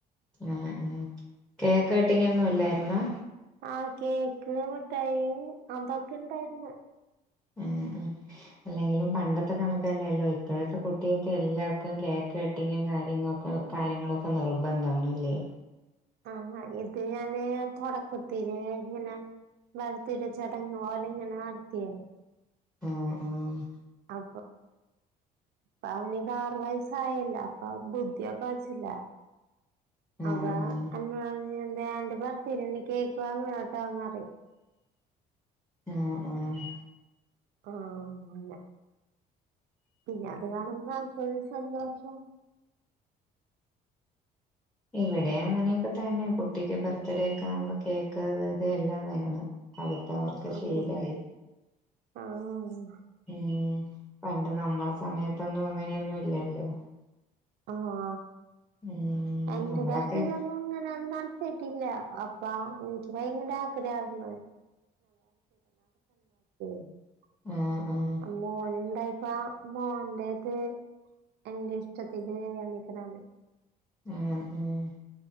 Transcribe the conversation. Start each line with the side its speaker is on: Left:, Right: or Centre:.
Centre: ആഹ് ആഹ് കേക്ക് കട്ടിങ് ഒന്നുമില്ലായിരുന്നോ?
Right: ആഹ് കേക്ക് മിട്ടായി അതൊക്കെ ഉണ്ടായിരുന്നു.
Centre: ഏ ഹ്‌ അല്ലെങ്കിലും പണ്ടത്തെ കണക്കൊന്നും അല്ലല്ലോ ഇപ്പോഴത്തെകുട്ടികൾക്ക് എല്ലാവർക്കും കേക്ക് കട്ടിംഗ് കാര്യങ്ങളും ഒക്കെ നിർബന്ധമാണല്ലേ.
Right: ആഹ് ഇത് ഞാൻ തുടക്കത്തിലെ ഇങ്ങനെ ബർത്ത് ഡേ ചടങ്ങ് പോലെ ഇങ്ങനെ നടത്തിയേ.
Centre: ആഹ് ആഹ്.
Right: ആ ഹ്‌ ഇപ്പം ആവണി ക്ക് ആറു വയസ്സായില്ലേ അപ്പോ അവൾക്ക് കുത്തിവെപ്പ് വച്ചില്ല
Centre: ആഹ്
Right: അവ.
Centre: ആഹ്
Right: <unintelligible> വേണ്ടവർ തിന്ന് കേക്ക് <unintelligible> അറിയും.
Centre: ആഹ് ആഹ്.
Right: ആഹ് അതന്നെ, പിന്നെ ‌ അത് കാണുമ്പോൾ അവൾക്കൊരു സന്തോഷം.
Centre: ഇവിടെ അങ്ങനെയൊക്കെ തന്നെ കുട്ടിക്ക് ബർത്ത് ഡേ ഒക്കെ ആകുമ്പോൾ കേക്ക് അത് ഇത് എല്ലാം വേണം. അതിപ്പോ അവർക്ക്
Right: ആഹ്
Centre: ശീലവായി.
Right: ആഹ്.
Centre: ഉം പണ്ട് നമ്മളെ സമയത്തൊന്നും ഇങ്ങനെയൊന്നും ഇല്ലല്ലോ
Right: ഹ് വാ
Centre: ഉം
Right: പണ്ട്
Centre: നമ്മളൊക്കെ
Right: കാലത്ത് ഇതൊന്നും ഇങ്ങനെ യൊന്നും <inaudible> ട്ടില്ല അപ്പൊ <unintelligible> <unintelligible> രാത്രി യാർന്നു <unintelligible>
Centre: ആഹ് ആഹ്
Right: മോന് ഉണ്ടാ പാ മോന്റെത് എൻഗേജ്‌ ച ക്കി <unintelligible> എന്നേക്കാനല്
Centre: ഉം ഉം